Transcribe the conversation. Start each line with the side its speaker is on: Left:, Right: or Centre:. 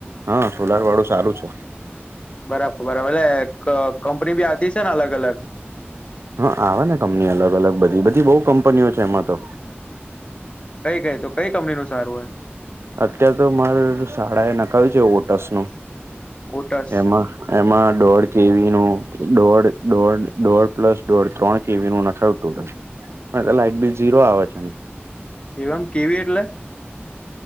Right: હા સોલાર વાળું સારું છે
Left: બરાબર બરાબર એટલે કંપની બી આવતી છે ને અલગ અલગ
Right: હા આવે ને કંપની અલગ અલગ બધી બધી બહુ કંપનીઓ છે એમાં તો
Left: કઈ કઈ તો કઈ કંપનીનું સારું હોય
Right: અત્ય્યારે તો મારે સાળા એ નાખ્યું છે ઓટસ નું
Left: ઓટસ
Right: એમાં એમાં દોઢ કેવી નું દોઢ દોઢ દોઢ પ્લસ દોઢ ત્રણ કેવી નું નાખાવ લ પણ એટલે લાઈટ બિલ ઝીરો આવે છે
Left: એમ કેવી એટલે